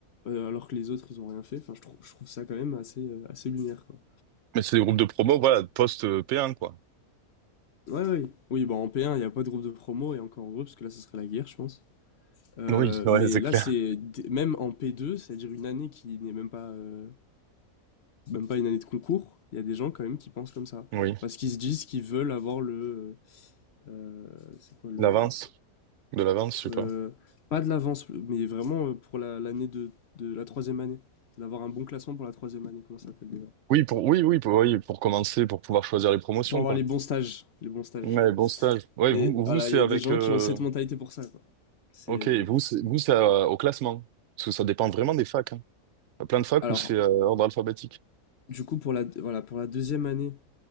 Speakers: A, on the left (about 50°); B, on the right (about 65°).
A: euh, alors que les autres ils ont rien fait. Enfin je trouve je trouve ça quand même assez euh, assez lunaire quoi.
B: Mais c'est des groupes de promo, voilà, post-P1, quoi.
A: Ouais ouais. Oui, Oui, bah en P1, il n'y a pas de groupe de promo et encore heureux parce que là ce serait la guerre, je pense. Euh,
B: Oui, ouais,
A: mais
B: c'est
A: là
B: clair.
A: c'est d- même en P2, c'est-à-dire une année qui n'est même pas euh, même pas une année de concours, il y a des gens quand même qui pensent comme ça
B: Oui,
A: parce qu'ils se disent qu'ils veulent avoir le euh, c'est quoi le
B: l'avance, de l'avance, je sais
A: Heu,
B: pas.
A: pas de l'avance, mais vraiment, heu, pour la l'année de de la troisième année. D'avoir un bon classement pour la troisième année, comment ça s'appelle déjà?
B: Oui, pour, oui, oui, pour, oui, pour commencer, pour pouvoir choisir les promotions,
A: Pour avoir
B: quoi.
A: les bons stages, les bons stages.
B: Ouais, bon stage. Ouais,
A: Et
B: vous, vous,
A: voilà,
B: c'est
A: il y a
B: avec,
A: des gens
B: euh,
A: qui ont cette mentalité pour ça, quoi. C'est
B: ok, vous, c'est, vous, c'est euh, au classement. Parce que ça dépend vraiment des facs, hein. Il y a plein de facs
A: alors,
B: où c'est euh, ordre alphabétique.
A: du coup, pour la voilà, pour la deuxième année,